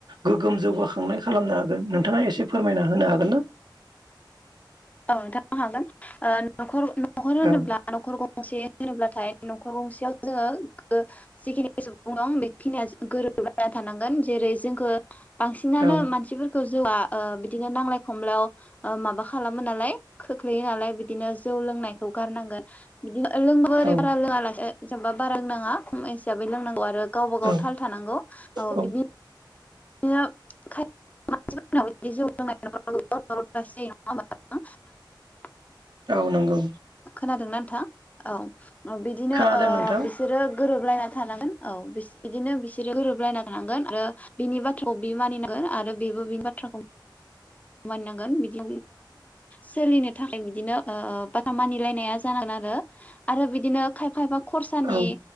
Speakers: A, on the right (about 60°); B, on the left (about 20°).
A: गोग्गोम जौगाखांनाय खालामनो हागोन नोंथाङा एसे फोरमायना होनो हागोन ना?
B: औ नोंथां भागों ओ नखर नखर होनोब्ला
A: औ
B: नखर गंसे होनोब्लाथाय न नखर गंसेयाव जोङो जिखिनि सुबुं दं बेखिनिया गोरोब लायना थानांगोन जेरै जोंखो बांसिनानो
A: औ
B: मानसिफोरखौ जौआ ओ बिदिनो नांलाय खमलायाव माबा खालाम मो नालाय खोख्लैयो नालाय। बिदिनो जौ लोंनाय गारनांगोन <unintelligible>
A: औ
B: जेनेबा बारा लोंनाङा खम हिसाबै लोंनांगौ आरो गावबा गाव
A: औ
B: थाल थानांगौ
A: औ
B: बिदि <unintelligible>
A: औ नंगौ
B: खोनादोंना नोंथां? औ। बिदिनो
A: खोनादों
B: ओ
A: नोंथां
B: बिसोरो गोरोब गोरोबलायना थानांगोन औ बिदिनो बिसोरो गोरोबलायना थानांगोन आरो बिनि बाथ्राखौ बि मानिनांगोन आरो बेबो बिनि बाथ्राखौ मानिनांगोन बिदि सोलिनो थाखाय बिदिनो बाथा मानिलायनाया जानांगोन आरो आरो बिदिनो खायफा खायफा खरसानि
A: औ